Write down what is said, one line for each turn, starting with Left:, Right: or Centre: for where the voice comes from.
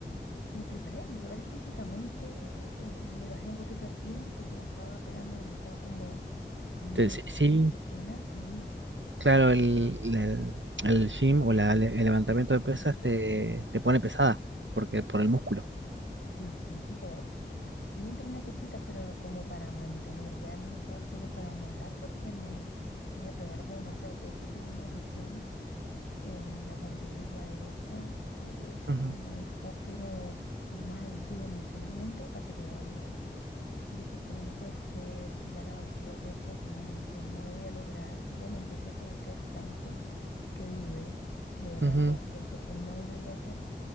Left: es- me preparé, me preparé físicamente, eh, le bajé un poquito al gym porque me estaba pegando demasiado como ambas
Right: Te- Sí, sí,
Left: disciplinas, sí,
Right: Claro, el, el- el gym o la- el levantamiento de pesas te, te pone pesada porque por el músculo.
Left: sí, sí, tipo, sí entrené pesita, pero lo- como para mantener, ya no lo estaba haciendo para aumentar porque me, me iba a pegar demasiado. De hecho, tuve una lesión en la pantorrilla derecha, pucha,
Right: Ujú,
Left: que me dejó pero mal, digo, emocionalmente, aparte que me dolía. Dije, ¿cómo no puede ser? Tirar a la basura todos estos meses, no lo voy a lograr. Tipo, me empecé a sabotear tanto que dudé. De verdad,
Right: ujú.
Left: Sebas, pensé que no lo iba a hacer.